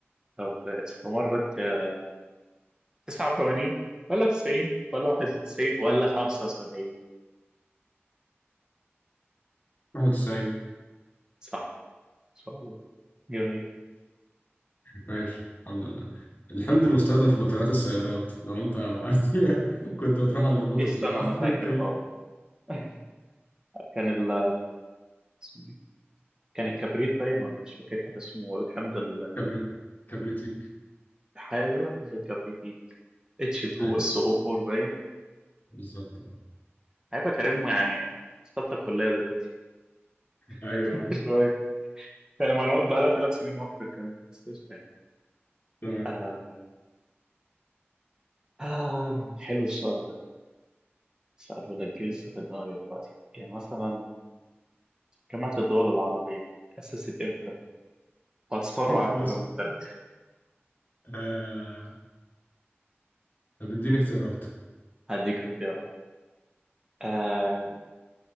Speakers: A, on the right (about 20°); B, on the left (about 40°).
A: طب استمرت آه، 89 ولا 90 ولا 91 ولا 75
B: 91
A: صح ان شاء الله جميل
B: ماشي الحمد لله الحمض المستخدم في بطاريات السيارات لو أنت <laughs> كنت بتروح عند بطرس
A: إيه، استنى
B: بقى
A: انا
B: <laughs> في
A: فاكر
B: الكيمياء
A: اه <laughs> كان ال اسمه إيه؟ كان الكبريت باين ولا مش فاكر كان اسمه الحمض ال-
B: كبريت كبريتيك
A: ايوه حمض الكبريت ايه اتش 2
B: أيوه
A: اس او 4 باين
B: بالظبط
A: هيبقى كريم يعني في ثالثه كليه دلوقتي
B: أيوه
A: <laughs> شويه يعني معلومات بقى لها ثلاث سنين واكتر كمان بس إيش تاني
B: تمام
A: آه آه حلو السؤال ده سأله لك جه لسه في دماغي دلوقتي يعني مثلا جامعة الدول العربية تأسست إمتى؟ وهتستغرب على
B: يسطا
A: فكرة من التاريخ
B: آه، طب اديني اختيارات
A: هديك اختيارات آه